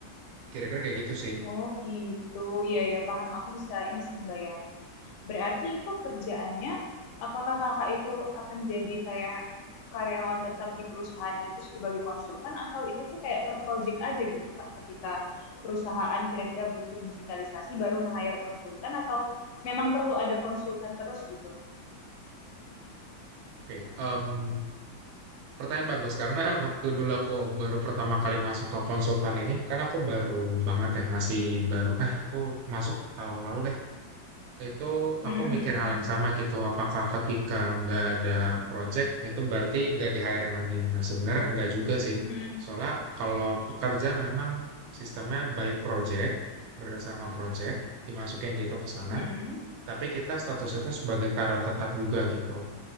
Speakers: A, on the right; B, on the left.
A: Kira-kira kayak gitu sih.
B: Oh gitu, iya ya paham. Aku bisa ini sih bayangin. Berarti itu kerjaannya, apakah kakak itu akan jadi kayak karyawan tetap di perusahaan itu sebagai konsultan atau itu tuh kayak per project aja gitu kak? Ketika perusahaan kira-kira butuh digitalisasi baru nge-hire konsultan atau memang perlu ada konsultan terus gitu?
A: Oke, mmm, Pertanyaan bagus karena <laughs> waktu dulu aku baru pertama kali masuk ke konsultan ini kan aku baru banget ya masih baru eh aku masuk tahun lalu deh itu
B: Hmm,
A: aku mikir
B: hmm,
A: hal yang sama gitu apakah ketika nggak ada project itu berarti nggak di hiring lagi nah sebenarnya enggak juga sih
B: hmm, hmm,
A: soalnya kalau pekerjaan memang sistemnya by project berdasarkan project dimasukin gitu ke sana
B: hmm.
A: tapi kita status itu sebagai karyawan tetap juga gitu